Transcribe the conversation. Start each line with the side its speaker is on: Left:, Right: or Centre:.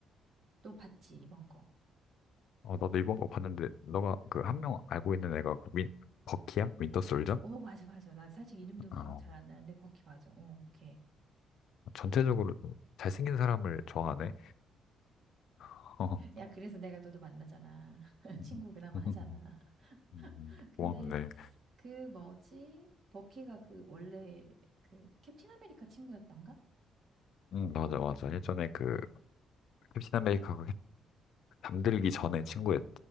Right: 너 봤지, 이번 거.
Left: 어, 나도 이번 거 봤는데, 너가 그 한 명 알고 있는 애가 그 윈, 버키야? 윈터 솔저?
Right: 어, 맞아, 맞아. 나 사실 이름도
Left: 어,
Right: 기억 잘 안 나는데, 버키 맞아. 어, 걔.
Left: 전체적으로 좀 잘생긴 사람을 좋아하네. <laughs> 어.
Right: 야, 그래서 내가 너도 만나잖아. <laughs>
Left: 음.
Right: 친구 그나마
Left: <laughs>
Right: 하잖아.
Left: 음.
Right: <laughs> 근데
Left: 고맙네.
Right: 그 뭐지? 버키가 그 원래 그 캡틴 아메리카 친구였던가?
Left: 응, 맞아, 맞아. 예전에 그 캡틴 아메리카가 잠들기 전에 친구였지.